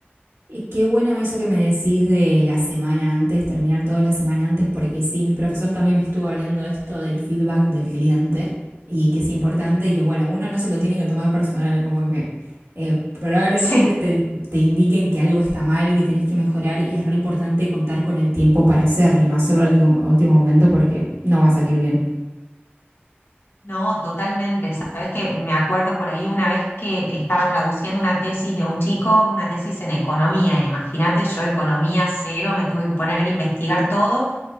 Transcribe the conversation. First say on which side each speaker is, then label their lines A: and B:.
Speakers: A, on the right; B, on the left.
A: Y qué bueno eso que me decís de la semana antes, terminar toda la semana antes, porque sí, mi profesor también me estuvo hablando de esto del feedback del cliente y que es importante y que bueno, uno no se lo tiene que tomar personal, como que eh, probablemente
B: <laughs> Sí.
A: te, te indiquen que algo está mal, que tenés que mejorar y es re importante contar con el tiempo para hacerlo y no hacerlo al último, a último momento porque no va a salir bien.
B: No, totalmente. Sabes que me acuerdo por ahí una vez que estaba traduciendo una tesis de un chico, una tesis en economía. Imagínate, yo economía cero, me tuve que poner a investigar todo.